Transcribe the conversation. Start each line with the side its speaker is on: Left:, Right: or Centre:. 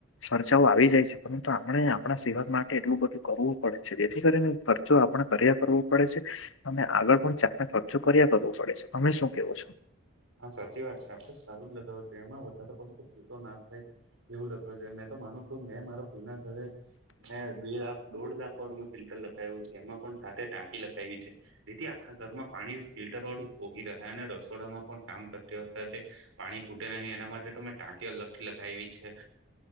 Left: ખર્ચાઓ આવી જાય છે પરંતુ આપણે આપણા સેહત માટે એટલું બધું કરવું પડે છે જેથી કરીને ખર્ચો કર્યા કરવું પડે છે અને આગળ પણ ચાને ખર્ચો કર્યા કરવો પડે છે તમે શું કેવો છો
Right: હા સાચી વાત છે આપડ લગાવ એમાં વધ જસ ના થાય એવું લગાવું જોએ મે તો માનું છું મે મા કોના ઘરે મેં બે લાખ દોઢ લાખ વાળું મેં ફિલ્ટર લખાવું છે એમાં પણ ટાંકી લખાવી છે જેથી આખા ઘરમાં પાણી ફિલ્ટર વાળું પોગી રહ્યા અને રસોડામાં પણ કામ કરતી વખતે પાણી ખૂટે નહીં એના માટે તો મેં ટાંકી અલગ લગાવી છે